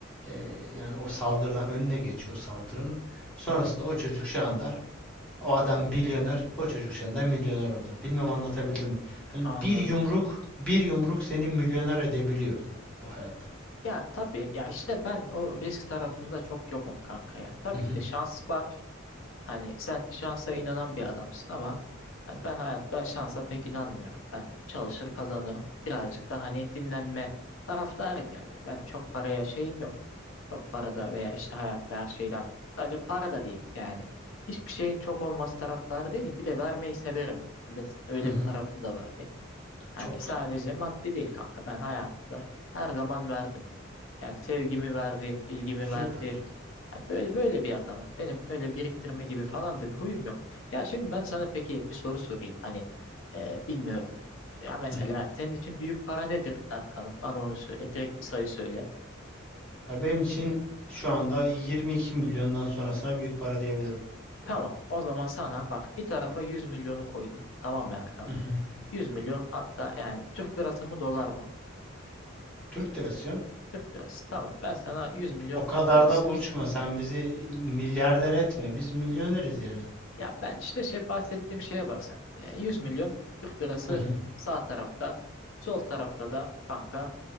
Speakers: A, in the centre; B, on the left (about 75°).
A: e, yani o saldırıdan önüne geçiyor o saldırının. Sonrasında
B: hı hı.
A: o çocuk şu anda o adam milyoner, o çocuk şu milyoner oldu. Bilmem anlatabildim mi? Hani
B: Anladım.
A: bir yumruk, bir yumruk seni milyoner edebiliyor bu hayatta.
B: Ya tabii ya işte ben o risk tarafında çok yokum kanka yani. Tabii
A: Hı hı.
B: ki de şans var. Hani sen şansa inanan bir adamsın ama hani ben hayatta şansa pek inanmıyorum. Ben çalışır kazanırım. Birazcık da hani dinlenme taraftarıyım yani. Ben çok paraya şeyim yok. Çok parada veya işte hayatta her şeyden. Sadece para da değil yani. Hiçbir şeyin çok olması taraftarı değilim. Bir de vermeyi severim. Bilirsin öyle
A: Hı hı.
B: bir tarafım da var benim. Hani
A: Çok
B: sadece
A: güzel.
B: maddi değil kanka. Ben hayatımda her zaman verdim. Yani sevgimi verdiğim, ilgimi
A: Süper.
B: verdiğim. Yani böyle böyle bir adamım. Benim öyle biriktirme gibi falan da bir huyum yok. Ya şimdi ben sana peki bir soru sorayım. Hani e, bilmiyorum. Ya mesela
A: Hı.
B: senin için büyük para nedir Erkan'ım? Bana onu söyle. Direkt bir sayı söyle.
A: Ya benim için şu anda 22 milyondan sonrasına büyük para diyebilirim.
B: Tamam. O zaman sana bak bir tarafa 100 milyonu koydum. Tamam mı Erkan?
A: Hı hı.
B: 100 milyon hatta yani Türk lirası mı dolar mı?
A: Türk lirası canım.
B: Türk lirası. Tamam. Ben sana 100 milyon
A: O kadar
B: Türk lirası.
A: da uçma. Sen bizi milyarder etme. Biz milyoneriz yani.
B: Ya ben işte şey bahsettiğim şeye bak sen. Yani 100 milyon Türk lirası
A: Hı hı.
B: sağ tarafta, sol tarafta da kanka.